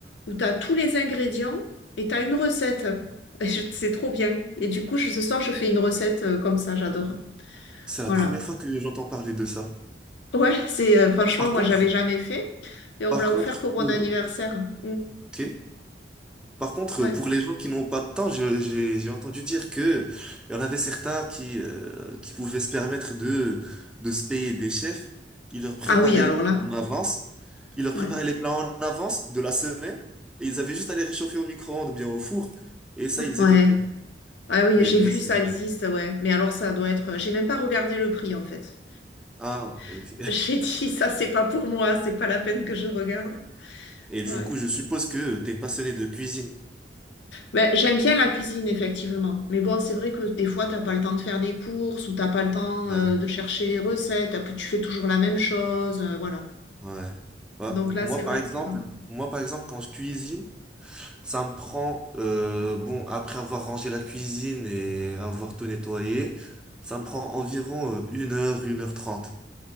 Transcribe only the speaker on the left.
où tu as tous les ingrédients et tu as une recette. <laughs> Et je- C'est trop bien. Et du coup, je- ce soir, je fais une recette euh, comme ça, j'adore.
Voilà.
Ouais, c'est euh, franchement,
moi,
j'avais jamais fait. Et on
me l'a
offert pour mon
anniversaire. Mm.
Ouais.
Ah oui, alors
là.
Ouais.
Ouais.
Ah oui,
j'ai
vu,
ça existe, ouais. Mais alors, ça doit être. J'ai même pas regardé le prix, en fait.
<laughs> J'ai dit, ça, c'est pas pour moi, c'est pas la peine que je regarde.
Ouais.
Ben, j'aime bien la cuisine, effectivement. Mais bon, c'est vrai que des fois, t'as pas le temps de faire des courses ou t'as pas le temps
euh, de chercher les recettes. Après, tu fais toujours la même chose. euh, voilà.
Donc là,
c'est vrai
que c'est pas mal.